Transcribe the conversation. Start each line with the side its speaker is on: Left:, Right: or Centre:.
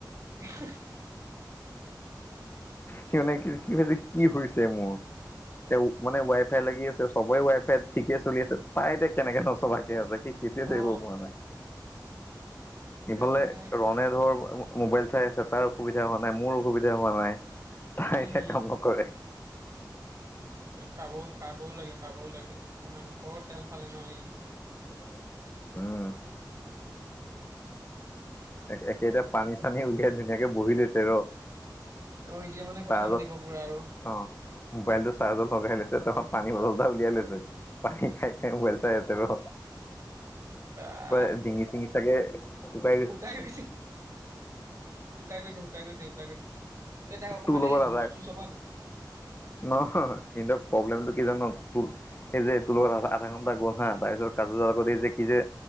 Right: <unintelligible>
Left: সি মানে কি কি হৈছে কি হৈছে মোৰ, এ, মানে ৱাইফাই লাগি আছে, চবেই ৱাই ফাইত ঠিকে চলি আছে, তাই এতিয়া কেনেকে নচলাকে আছে সি সেইটোৱে ধৰিব
Right: অ
Left: পৰা নাই। ইফালে
Right: এই মানে
Left: ৰনে ধৰ মোবাইল চাই আছে, তাৰ অসুবিধা হোৱা নাই, মোৰ অসুবিধা হোৱা নাই।
Right: উম
Left: এতিয়া কাম নকৰে।
Right: পাবওঁ পাবওঁ লাগে, পাবওঁ লাগে অকণমান, বৰ তেল ফালে নহ'লে ই।
Left: সেইটোৱে। উম। এ, এতিয়া পানী চানী উলিয়াই ধুনীয়াকে বহি লৈছে ৰ'।
Right: অ' এতিয়া মানে
Left: চাৰ্জত
Right: কথা পাতিব পুৰা আৰু।
Left: অ' মোবাইলটো চাৰ্জত লগাই লৈছে, পানী বটল এটা উলিয়াই লৈছে। পানী খাই খাই মোবাইল চাই আছে ৰ'।
Right: বাহ
Left: পায় ডিঙি চিঙি চাগে শুকাই
Right: শুকাই গৈছে, শুকাই গৈছে, শুকাই গৈছে, শুকাই গৈছে। এই তাইক অকমান
Left: তোৰ লগত
Right: এই জুজ
Left: আধা
Right: তুজ অকন
Left: নহয় সিহঁতৰ প্ৰব্লেমটো কি জান'? তোৰ এই যে তোৰ লগত আধা আধা ঘণ্টা গল হা, তাৰপিছত কাজুৰ আ, লগত এই যে কি যে